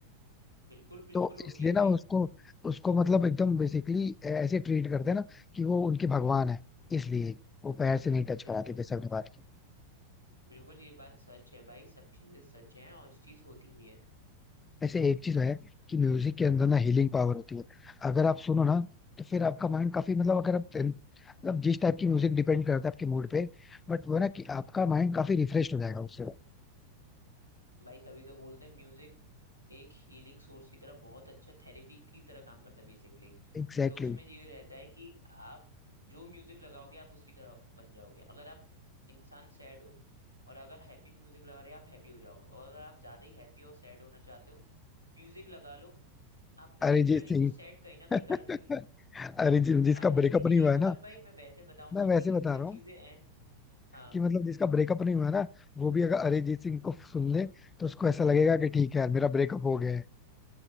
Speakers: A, on the right (about 80°); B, on the left (about 15°).
A: बिल्कुल बिल्कुल
B: तो
A: होती
B: इसलिए
A: है भाई
B: ना उसको उसको मतलब एकदम बेसिकली ऐसे ट्रीट करते हैं ना कि वो उनके भगवान है इसलिए वो पैर से नहीं टच
A: बिल्कुल
B: कराते जैसे आपने बात की
A: बिल्कुल ये बात सच है भाई सब चीजें सच हैं और ये चीज होती भी है
B: वैसे एक चीज है कि म्यूजिक के अंदर ना हीलिंग पावर होती है अगर आप सुनो ना तो फिर आपका माइंड काफी मतलब अगर आप मतलब जिस टाइप की म्यूजिक डिपेंड करता है आपके मूड पे बट वो ना कि आपका माइंड काफी रिफ्रेश हो जाएगा उससे
A: भाई तभी तो बोलते हैं म्यूजिक एक हीलिंग सोर्स की तरह बहुत अच्छा थेरेपी की तरह काम करता है बेसिकली
B: Exactly
A: तो उसमें
B: exactly.
A: ये रहता है कि आप जो म्यूजिक लगाओगे आप उसकी तरह बन जाओगे अगर आप इंसान सैड हो और अगर हैप्पी म्यूजिक लगा रहे हो आप हैप्पी हो जाओगे और अगर आप ज्यादा ही हैप्पी और सैड होना चाहते हो म्यूजिक लगा लो आपको लिटरली
B: अरिजीत सिंह
A: वो सैड कहीं ना कहीं
B: <laughs>
A: कर देगी
B: अरिजीत जिसका
A: अरिजीत
B: ब्रेकअप
A: सिंह ही
B: नहीं
A: नहीं
B: हुआ
A: मतलब
B: है ना
A: भाई मैं वैसे बताऊंगा
B: मैं वैसे
A: कि
B: बता
A: इतनी
B: रहा हूँ
A: चीजें हैं हाँ।
B: कि मतलब जिसका ब्रेकअप नहीं हुआ है ना वो भी अगर अरिजीत सिंह को सुन ले तो उसको ऐसा लगेगा कि ठीक है यार मेरा ब्रेकअप हो गया है